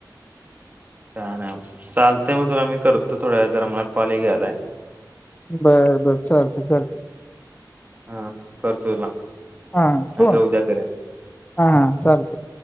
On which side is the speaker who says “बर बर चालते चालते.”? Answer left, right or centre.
Left